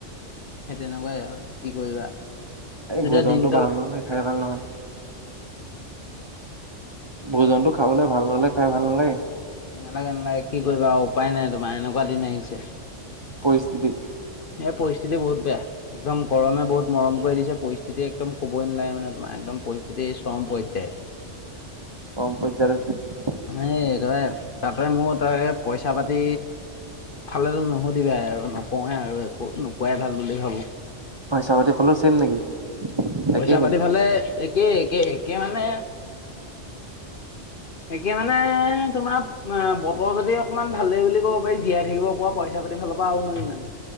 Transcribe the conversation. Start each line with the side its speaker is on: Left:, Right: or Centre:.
Left: সেই তেনেকুৱাই আৰু,? কি কৰিবা
Right: এই
Left: যেতিয়া
Right: ভোজনতটো
Left: দিনকাল
Right: ভাল নহলে খাই ভাল নহয় ভোজনটো খাবলে ভাল নহলে খাই ভাল নালাগে।
Left: নালাগে, নালাগে, কি কৰিবা আৰু উপায় নাই তোমাৰ এনেকুৱা দিন আহিছে।
Right: পৰিস্থিতি
Left: এই পৰিস্থিতি বহুত বেয়া একদম গৰমে বহুত মৰম কৰি দিছে পৰিস্থিতি একদম ক'বই নালাগে মানে তোমাৰ, একদম পৰিস্থিতি চৰম পৰ্যায়ত।
Right: <unintelligible>
Left: এই একেবাৰে তাতে মোৰ তাকে পইচা পাতি ফালে নুশুধিলে আৰু নকৱে আৰু একো নোকোৱাই ভাল বুলি ভাবো।
Right: পইচা পাতি ফালেও চেম নেকি
Left: পইচা
Right: একেই নেকি
Left: পাতি ফালে একেই একে, একে মানে সে মানে তোমাৰ অ বতৰ যদি অকমান ভালেই বুলি ক'ব পাৰি জীয়াই থাকিব পৰা পইচা <unintelligible> ফালৰপা আও নোৱাৰি মানে?